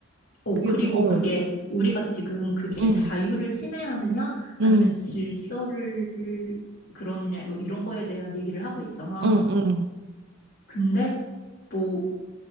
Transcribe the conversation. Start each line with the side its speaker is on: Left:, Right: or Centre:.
Left: 어,
Right: 그게
Left: 그리고
Right: 좀, 어,
Left: 그게 우리가 지금 그게
Right: 응,
Left: 자유를 침해하느냐, 아니면
Right: 응,
Left: 질서를 그러느냐, 뭐 이런 거에 대한 얘기를 하고 있잖아.
Right: 응, 응, 응,
Left: 근데 뭐,